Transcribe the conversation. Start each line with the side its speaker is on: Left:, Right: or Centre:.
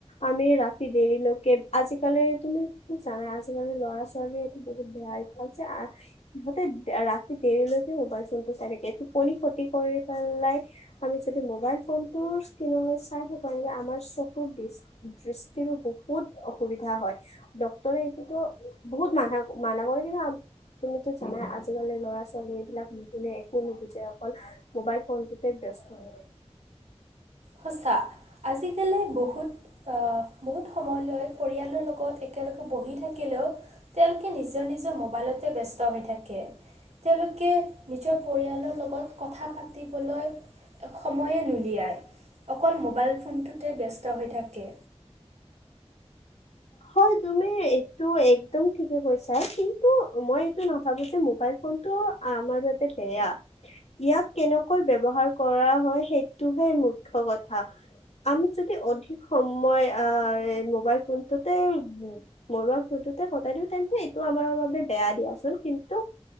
Left: আমি ৰাতি দেৰিলৈকে কে আজিকালি তুমি জানাই আজিকালিৰ ল'ৰা ছোৱালী বহুত বেয়া। ছে <unintelligible> সিহঁতে ৰাতি দেৰিলৈকে মোবাইল ফোন টো চাই থাকে টোপনি ক্ষতি কৰি পেলাই। আমি যদি মোবাইল ফোনটোৰ স্ক্ৰীণলৈ চাই থাকো এনেকৈ আমাৰ চকুৰ দৃষ্টি দৃষ্টিৰো বহুত। বহুত অসুবিধা হয় ডক্তৰে এইটোতো বহুত মানা মানা কৰে কিন্তু। তুমিতো জানাই আজিকালি ল'ৰা ছোৱালী এইবিলাক নুশুনে একো নুবুজে অকল। মোবাইল ফোনটোতে ব্যস্ত হয়।
Right: সঁচা আজিকালি বহুত অ বহুত সময়লৈ পৰিয়ালৰ লগত। তেওঁলোকে বহি থাকিলেও তেওঁলোকে নিজৰ নিজৰ মোবাইলতে ব্যস্ত হৈ থাকে। তেওঁলোকে নিজৰ পৰিয়ালৰ লগত। কথা পাতিবলৈ সময়ে নুলিয়াই। মোবাইল ফোনটোতে ব্যস্ত হৈ থাকে।
Left: হয় তুমি এইটো একদম ঠিকে কৈছা কিন্তু মই এইটো নাভাবো যে মোবাইল। ফোনটো আমাৰ বাবে বেয়া। ইয়াক কেনেকৈ ব্যৱহাৰ কৰা হয় সেইটোহে মুখ্য কথা। আমি যদি অধিক সময় আ এ মোবাইল ফোনটোতেই। মৰোৱাৰ ফোনটোতে কতাই দিওঁ তেন্তে এইটো আমাৰ বাবে বেয়া দিয়াচোন কিন্তু